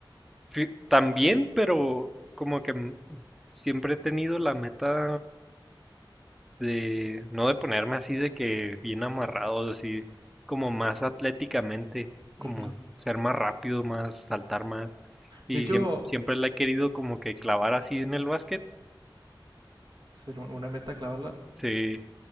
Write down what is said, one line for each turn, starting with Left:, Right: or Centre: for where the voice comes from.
Centre: fí- también, pero como que m- siempre he tenido la meta de no de ponerme así de que bien amarrado, así como más atléticamente, como
Right: Uh -huh.
Centre: ser más rápido, más saltar más. Y
Right: De hecho,
Centre: siempre, siempre la he querido como que clavar así en el básquet.
Right: ser una meta clavarla.
Centre: Sí,